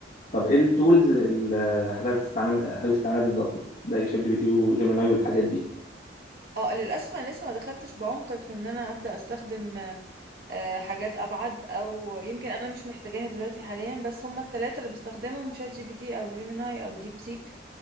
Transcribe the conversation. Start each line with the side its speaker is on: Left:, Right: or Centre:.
Left: طب ايه التولز اللي حضرتك بتستعمل حضرتك بتستعملها بالظبط زي شات جي بي تي وجيميناي والحاجات دي
Right: اه للاسف انا لسه ما دخلتش بعمق في ان انا ابدا استخدم آه، حاجات ابعد او يمكن انا مش محتاجاها دلوقتي حاليا بس هما التلاتة اللي بستخدمهم شات جي بي تي او جيميناي او ديب سيك